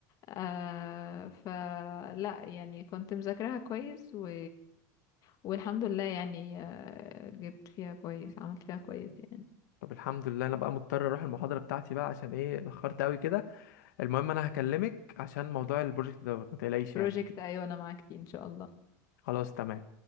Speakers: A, on the left; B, on the left.
A: آه فلا يعني كنت مذاكراها كويس و... والحمد لله يعني آه جبت فيها كويس عملت فيها كويس يعني
B: طب الحمد لله انا بقى مضطر اروح المحاضره بتاعتي بقى عشان ايه اتاخرت قوي كده المهم انا هكلمك عشان موضوع البروجكت دوت ما تقلقيش
A: بروجكت
B: يعني
A: ايوه انا معاك فيه ان شاء الله
B: خلاص تمام